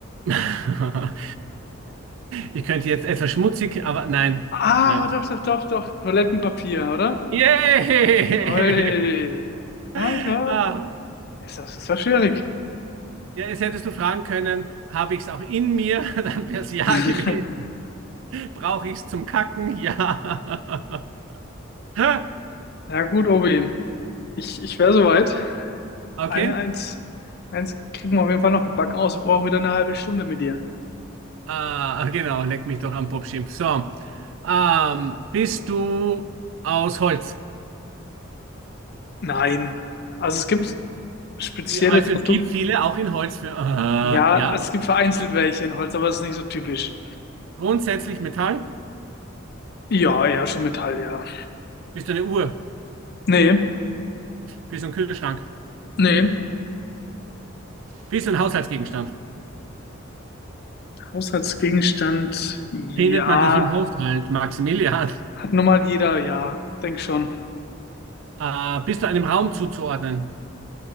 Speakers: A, on the right; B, on the left.
A: <laughs> Ich könnte jetzt etwas schmutzig, aber nein,
B: Ah,
A: nein.
B: doch, doch, doch, doch, Toilettenpapier, oder?
A: Yay!
B: Oi. Ah,
A: <laughs>
B: ja.
A: Ah,
B: Ist das, das war schwierig.
A: ja, jetzt hättest du fragen können, habe ich es auch in mir? <laughs> Dann wäre es ja
B: <laughs>
A: gewesen. Brauche ich es zum Kacken? Ja. <laughs>
B: Ja, gut, Obi. Ich, ich wäre soweit.
A: Okay.
B: Eine, eins, eins kriegen wir auf jeden Fall noch gebacken aus. Wir brauchen wieder eine halbe Stunde mit dir.
A: Ah, genau, leck mich doch am Popschimpf. So, ähm, bist du aus Holz?
B: Nein. Also es gibt spezielle
A: Also
B: Produkte
A: es gibt viele auch in Holz für. Ah,
B: Ja,
A: ja.
B: es gibt vereinzelt welche in Holz, aber es ist nicht so typisch.
A: Grundsätzlich Metall?
B: Ja, eher schon Metall, ja.
A: Bist du eine Uhr?
B: Nee,
A: Bist du ein Kühlschrank?
B: nee.
A: Bist du ein Haushaltsgegenstand?
B: Haushaltsgegenstand, ja.
A: Findet man dich im Haushalt, Maximilian?
B: Hat nun mal jeder, ja. Denk schon.
A: Äh, bist du einem Raum zuzuordnen?